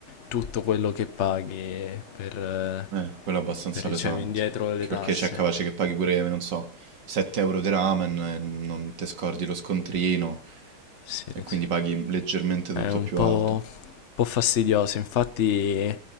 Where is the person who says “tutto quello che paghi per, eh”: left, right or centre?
Left